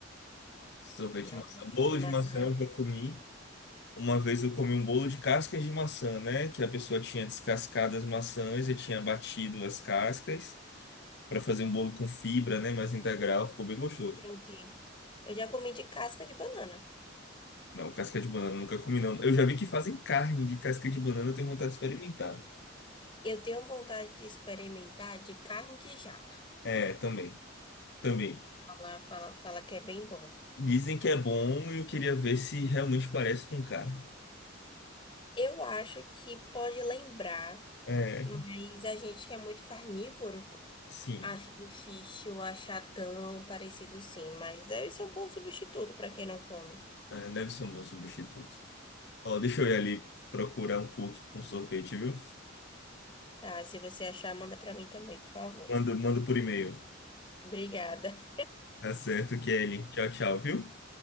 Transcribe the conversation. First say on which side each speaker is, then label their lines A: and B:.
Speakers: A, on the left (about 55°); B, on the left (about 25°).
A: Sorvete
B: Não,
A: de maçã.
B: sorvete
A: Bolo
B: de maçã.
A: de maçã eu já comi. Uma vez eu comi um bolo de cascas de maçã, né? Que a pessoa tinha descascado as maçãs e tinha batido as cascas para fazer um bolo com fibra, né? Mais integral. Ficou bem gostoso.
B: Entendi. Eu já comi de casca de banana.
A: Não, casca de banana eu nunca comi, não. Eu já vi que fazem carne de casca de banana, eu tenho vontade de experimentar.
B: Eu tenho vontade de experimentar de carne de jaca.
A: É, também. Também.
B: Fala, fala, fala que é bem bom.
A: Dizem que é bom e eu queria ver se realmente parece com carne.
B: Eu acho que pode lembrar,
A: É,
B: mas a gente que é muito carnívoro.
A: sim.
B: Acho difícil achar tão parecido sim, mas deve ser um bom substituto para quem não come.
A: É, deve ser um bom substituto. Ó, deixa eu ir ali procurar um cookie com sorvete, viu?
B: Ah, se você achar, manda para mim também, por favor.
A: Mando, mando por e-mail.
B: Obrigada.
A: Tá certo, Kelly. Tchau, tchau, viu?